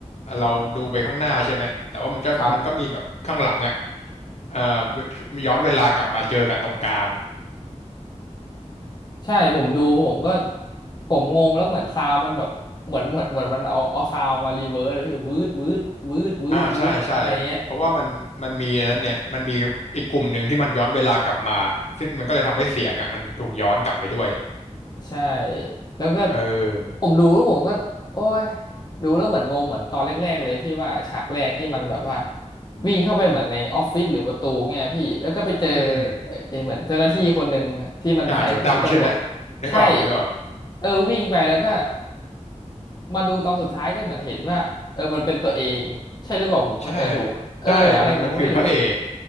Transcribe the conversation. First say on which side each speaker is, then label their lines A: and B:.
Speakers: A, on the left; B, on the left.
A: เราดูไปข้างหน้าใช่ไหมแต่ว่ามันก็มันก็มีแบบข้างหลังอะ
B: ครับ
A: เอ่อย้อนเวลากลับมาเจอกันตรงกลาง
B: ใช่ผมดูผมก็ผมงงแล้วเหมือนซาวด์มันแบบเหมือนเหมือนเหมือนมันเอาเอาซาวด์มารีเวิร์สแล้วพี่วืดวืดวืดวืดวืดอะไรเงี้ย
A: อ่าใช่ใช่เพราะว่ามันมันมีอันนั้นไงมันมีอีกกลุ่มหนึ่งที่มันย้อนเวลากลับมาซึ่งมันก็เลยทำให้เสียงอ่ะมันถูกย้อนกลับไปด้วย
B: ใช่แล้วก็
A: เออ
B: ผมดูแล้วผมก็โอ้ยดูแล้วเหมือนงงเหมือนตอนแรกๆเลยที่ว่าฉากแรกที่มันแบบว่าวิ่งเข้าไปเหมือนในออฟฟิศหรือประตูเนี่ยพี่แล้วก็ไปเจอ
A: อืมอืม
B: เออเหมือนเจ้าหน้าที่คนหนึ่งที่มันใส่เหมือนชุดตำรวจ
A: อ่าชุดดำใช่ไหมนึกออกนึกออก
B: ใช่เออวิ่งไปแล้วก็มาดูตอนสุดท้ายก็เหมือนเห็นว่าเออมันเป็นตัวเองใช่หรือเปล่าผมเข้าใจถูกอะเอออะไรผมก็ไม่รู้
A: ใช่ใช่มันมันคือพระเอก